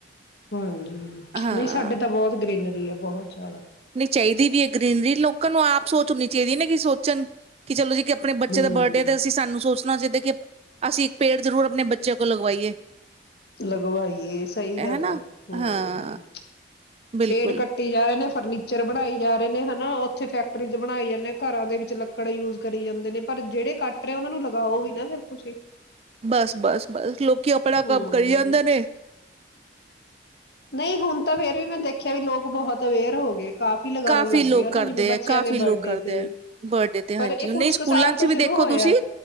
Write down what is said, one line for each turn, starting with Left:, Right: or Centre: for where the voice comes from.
Left: ਹਾਂਜੀ
Right: ਹਾਂ
Left: ਨਹੀਂ ਸਾਡੇ ਤਾਂ ਬਹੁਤ ਗਰੀਨਰੀ ਆ ਬਹੁਤ ਜ਼ਿਆਦਾ
Right: ਚਾਹੀਦੀ ਵੀ ਹੈ ਗਰੀਨਰੀ ਲੋਕਾਂ ਨੂੰ ਆਪ ਸੋਚਣੀ ਚਾਹੀਦੀ ਹੈ ਨਾ ਕਿ ਸੋਚਣ ਕਿ ਚਲੋ ਜੀ ਆਪਣੇ ਬੱਚੇ
Left: ਹੂੰ
Right: ਦਾ ਬਰਡੇ ਤੇ ਅਸੀਂ ਸਾਨੂੰ ਸੋਚਣਾ ਚਾਦੇ ਕਿ ਅਸੀਂ ਇੱਕ ਪੇੜ ਜ਼ਰੂਰ ਆਪਣੇ ਬੱਚਿਆਂ ਕੋਲ ਲਗਵਾਈਏ
Left: ਲਗਵਾਈਏ ਸਹੀ ਗੱਲ
Right: ਹਨਾ
Left: ਹੈ ਹਮ
Right: ਹਾਂ ਬਿਲਕੁਲ
Left: ਪੇੜ ਕੱਟੀ ਜਾ ਰਹੇ ਨੇ ਫਰਨੀਚਰ ਬਣਾਏ ਜਾ ਰਹੇ ਨੇ ਹਨਾ ਉੱਥੇ ਫੈਕਟਰੀ ' ਬਣਾਈ ਜਾਂਦੇ ਘਰਾਂ ਦੇ ਵਿੱਚ ਲੱਕੜ ਯੂਜ ਕਰੀ ਜਾਂਦੇ ਨੇ ਪਰ ਜਿਹੜੇ ਕੱਟ ਰ ਆ ਉਹਨਾਂ ਨੂੰ ਲਗਾਓ ਵੀ ਨਾ ਫਿਰ ਤੁਸੀਂ
Right: ਬਸ ਬਸ ਬਸ ਲੋਕੀ ਆਪਣਾ
Left: ਹੂੰ
Right: ਕੰਮ ਕਰ ਹਰੀਦ ਨੇੇ
Left: ਨਹੀਂ ਹੁਣ ਤਾਂ ਫੇਰ ਵੀ ਮੈਂ ਦੇਖਿਆ ਵੀ ਲੋਕ ਬਹੁਤ ਅਵੇਅਰ ਹੋ ਗਏ ਲਗਾਉਣ
Right: ਕਾਫ਼ੀ
Left: ਲੱਗ
Right: ਲੋਕ
Left: ਗਏ ਹਨਾ
Right: ਕਰਦੇ
Left: ਜਿਵੇਂ
Right: ਹੈ
Left: ਬੱਚਿਆਂ
Right: ਕਾਫ਼ੀ
Left: ਦੇ ਬਰਡੇ
Right: ਲੋਕ ਕਰਦੇ
Left: ਤੇ ਵੀ
Right: ਹੈ ਬਰਡੇ ਤੇ
Left: ਪਰ
Right: ਹਾਂਜੀ
Left: ਇਹ
Right: ਨਹੀਂ
Left: ਕੁਛ
Right: ਸਕੂਲਾਂ
Left: ਕੁ ਸਾਲ
Right: ਚ
Left: ਤੋਂ
Right: ਵੀ
Left: ਸ਼ੁਰੂ
Right: ਦੇਖੋ
Left: ਹੋਇਆ
Right: ਤੁਸੀਂ